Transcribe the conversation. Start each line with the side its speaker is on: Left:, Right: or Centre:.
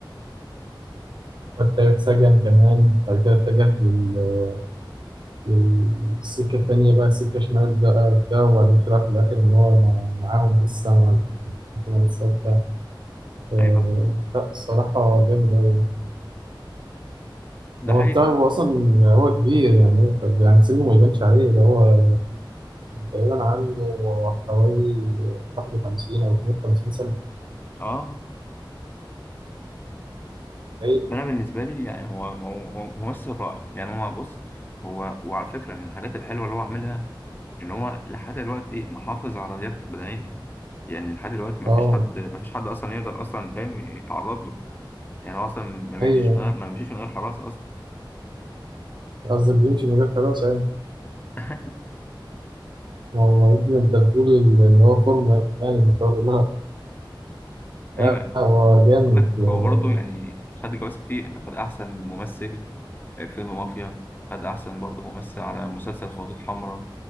Right: وقتها اتسجن كمان بعد كده اتجه لل- للسكة التانية بقى سكة شمال بقى وبتاع وبعدين طلع في الآخر إن هو مع- معاهم لسه مع الحكومة الثابتة آه،
Left: ايوه
Right: لا الصراحة جامد أوي
Left: ده
Right: هو
Left: حقيقة
Right: بتاع هو أصلا هو كبير يعني هو يعني سنه ما يبانش عليه ده هو تقريبا عنده حوالي 51 أو 52 سنة
Left: اه
Right: أيوة
Left: فانا بالنسبه لي يعني هو هو هو ممثل رائع يعني هو بص هو وعلى فكره من الحاجات الحلوه اللي هو عاملها ان هو لحد دلوقتي محافظ على لياقته البدنيه يعني لحد دلوقتي ما
Right: أه
Left: فيش حد ما فيش حد اصلا يقدر اصلا فاهم يتعرض له يعني هو اصلا ما بيمشيش
Right: أيوه
Left: من غير ما بيمشيش من غير حراسه اصلا
Right: قصدك بيمشي من غير كراسة يعني
Left: <laughs>
Right: ما هو يا ابني أنت بتقول ال- إن هو فورمة يعني ما شاء الله
Left: ايوه
Right: لا
Left: يعني
Right: هو جامد
Left: خد بالك
Right: آه،
Left: هو برضه يعني خد جوائز كتير يعني خد احسن ممثل فيلم مافيا خد أحسن برضه ممثل على مسلسل خطوط حمراء